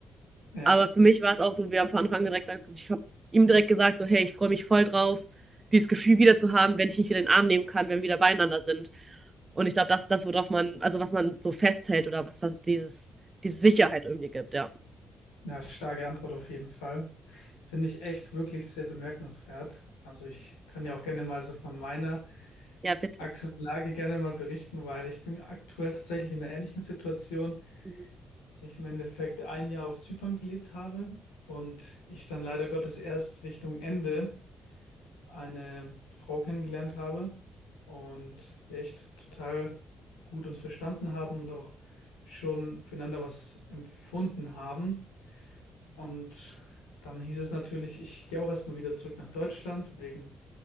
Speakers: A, on the left (about 80°); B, on the right (about 30°).
A: Ja,
B: Aber für mich war es auch so, wir haben von Anfang an direkt gesagt, also ich habe ihm direkt gesagt, so, hey, ich freue mich voll drauf, dieses Gefühl wieder zu haben, wenn ich dich wieder in den Arm nehmen kann, wenn wir wieder beieinander sind. Und ich glaube, das ist das, worauf man, also was man so festhält oder was halt dieses, diese Sicherheit irgendwie gibt, ja.
A: ja, starke Antwort auf jeden Fall. Finde ich echt wirklich sehr bemerkenswert. Also ich kann ja auch gerne mal so von meiner
B: Ja, bitte.
A: aktuellen Lage gerne mal berichten, weil ich bin aktuell tatsächlich in einer ähnlichen Situation.
B: Mhm.
A: dass ich im Endeffekt ein Jahr auf Zypern gelebt habe und ich dann leider Gottes erst Richtung Ende eine Frau kennengelernt habe und wir echt total gut uns verstanden haben und auch schon füreinander was empfunden haben. Und dann hieß es natürlich, ich gehe auch erstmal wieder zurück nach Deutschland wegen